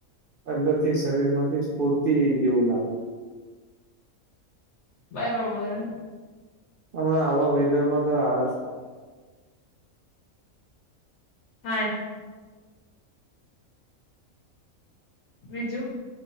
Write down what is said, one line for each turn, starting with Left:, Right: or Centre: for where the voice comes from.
Right: અંદર થી શરીર માંથી પૂરતી દવું લાગે.
Left: બરોબર.
Right: હમણાં આવા વેધર માં તો આળસ થાય.
Left: હા. બીજું